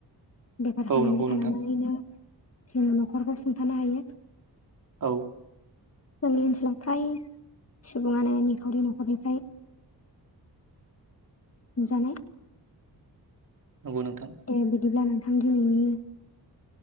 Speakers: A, on the left; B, on the right.
A: बेफार
B: औ
A: फालांगि
B: नंगौ नोंथां
A: खालामनानैनो जोङो न'खरखौ सुंथानो हायो।
B: औ।
A: जोंनि ओनसोलाव फ्राय सुबुङानो निखावरि न'खरनिफ्राय
B: <inaudible>
A: नुजानाय
B: नंगौ नोंथां
A: दे बिदिब्ला नोंथां दिनैनि